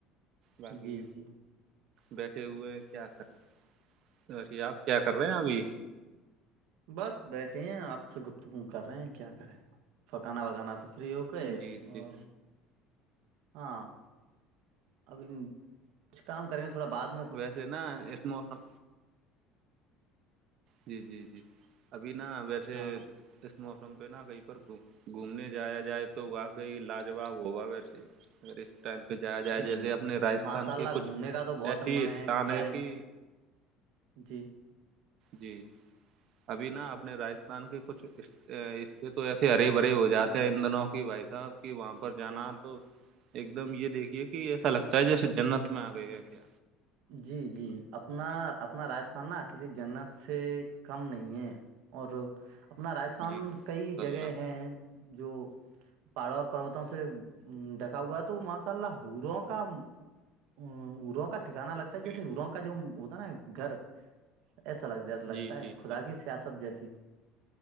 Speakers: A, on the right; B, on the right.
A: باقی
B: جی جی
A: بیٹھے ہوئے کیا کر تو وے آپ کیا کر رہے ہیں ابھی
B: بس بیٹھے ہیں آپ سے گفتگو کر رہے ہیں کیا کرے پکانا وگانا سے فری ہو کے
A: جی
B: اور
A: جی
B: ہاں ابھی کچھ کام کریںے تھوڑا بات
A: وسینا اسس موسم جی جی جی ابھی نا ویسے
B: ہاں
A: اس موسم پہ نا کہیں پر گھومنے جایا جائے تو واقعی لاجواب ہوگا ویسے اگر اس ٹائم پہ جایا جائے
B: جی جی
A: جیسے اپنے راجستھان
B: ماشاء اللہ
A: کے کچھ
B: گھومنے کا تو بہت
A: ایسی
B: من
A: استان
B: کیا
A: ہے کہ
B: جی
A: جی ابھی نا اپپ نے راجستھان کے کچھ اس سے تو ایسے ہری بھرے ہو جاتے ہیں ان دنوں کی بھائی صاحب کہ وہاں پر جانا تو ایک دم یہ دیکھیے کہ ایسا لگتا ہے جیسے جنت میں آ گئے ہے کیا
B: جی جی اپنا اپنا راجستھان نا کسی جنت سے کم نہیں ہے اور اپنا راجستھان
A: جی ان
B: کئی
A: شاء
B: جگہ
A: اللہ
B: ہیں جو پہڑوں اور پروتوں سے دیکھا ہوا تو ماشاء اللہ ہوروں کا ارو کاٹتے انا لگتا ہے جیسے
A: جی
B: گرو کا جو ہوتا ہے نا گھر ایسا لگ ج لگتا
A: جی
B: ہے
A: جی
B: خدا کی سیاست جیسی